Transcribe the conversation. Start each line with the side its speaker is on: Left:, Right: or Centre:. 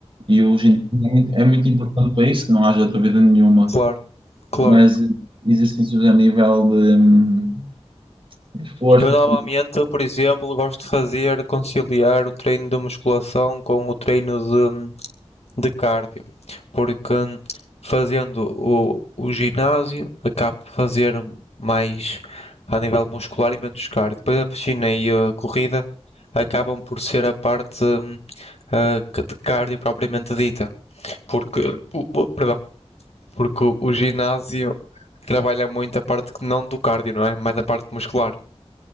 Right: e o ginásio é muito, é muito importante para isso, não haja dúvida nenhuma,
Left: Claro, claro.
Right: mas eh, exercícios a nível de, hum, de força,
Left: Eu normalmente, por exemplo, gosto de fazer conciliar o treino de musculação com o treino de, de cardio, porque fazendo o, o ginásio acabo de fazer mais a nível muscular e menos cardio. Depois a piscina e a corrida acabam por ser a parte ah, de cardio propriamente dita, porque, o- perdão, porque o o ginásio trabalha muito a parte que não do cardio, não é? Mais a parte muscular.